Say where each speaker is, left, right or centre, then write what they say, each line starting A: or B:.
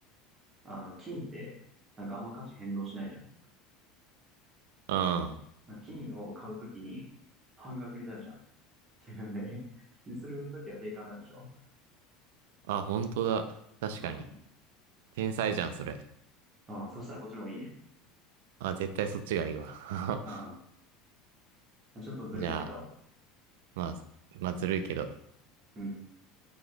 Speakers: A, on the right; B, on the right.
A: あの、金って、なんかあんま価値変動しないじゃん。
B: うん。
A: 金を買うときに半額になるじゃん。自分で。<laughs> で、それ売るときは定価になるでしょ
B: あ、本当だ。確かに。
A: うん
B: 天才じゃん、それ。
A: ああ、そしたらこっちの方がいいね。
B: あ、絶対そっちがいいわ。<laughs>
A: ああ、ちょっとずるいけど。
B: じゃあ、まあ、まあ、ずるいけど。
A: うん。